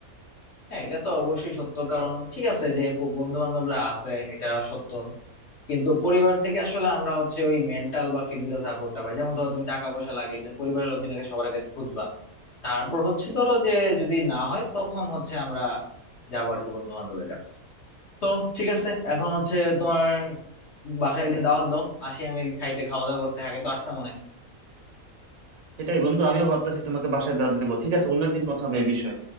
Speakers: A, on the left; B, on the right.
A: হ্যাঁ এটা তো অবশ্যই সত্য কারণ ঠিক আছে যে বন্ধু বান্ধবরা আছে এটা সত্য কিন্তু পরিবার থেকে আসলে আমরা হচ্ছে ওই মেন্টাল বা ফিজিক্যাল সাপোর্টটা পাই যেমন ধরো তুমি টাকা পয়সা লাগলে তুমি পরিবারের লোকজনকে সবার আগে খুঁজবা তারপর হচ্ছে ধরো যে যদি না হয় তখন হচ্ছে আমরা যাবো আর কি বন্ধু বান্ধবের কাছে তো ঠিক আছে এখন হচ্ছে তোমার বাসায় একদিন দাওয়াত দাও আসি আমি খাইতে খাওয়া দাওয়া করতে আগে তো আসতাম অনেক
B: সেটাই বন্ধু আমিও ভাবতেছি তোমাকে বাসায় দাওয়াত দেবো ঠিক আছে অন্য একদিন কথা হবে এই বিষয়ে